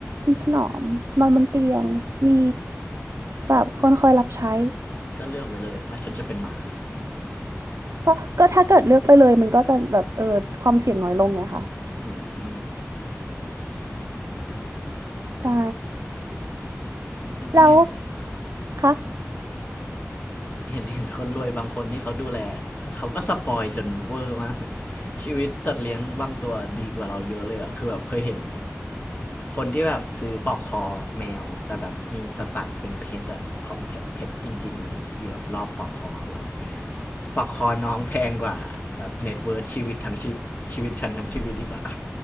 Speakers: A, on the right; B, on the left.
A: ถนอมนอนบนเตียง มีแบบคนคอยรับใช้
B: ก็เลือกไว้เลยว่าฉันจะเป็นหมา
A: ก็ก็ถ้าเกิดเลือกไปเลยมันก็จะแบบเออความเสี่ยงน้อยลงไงคะ
B: อืม
A: ใช่
B: จริงๆเห็น
A: แล้วคะ
B: เห็นเห็นคนรวยบางคนที่เขาดูแลเขาก็สปอยจนเวอร์มากเลยชีวิตสัตว์เลี้ยงบางตัวดีกว่าเราเยอะเลยอ่ะคือแบบเคยเห็นคนที่แบบซื้อปลอกคอแมวแต่แบบมีสตัดเป็นเพชรอะของ้เพชรจริงๆเลยที่แบบรอบปลอกคอคือแบบปลอกคอน้องแพงกว่าแบบเน็ตเวิร์ธชีวิตทั้งชีพชีวิตฉันทั้งชีวิตอีกอะ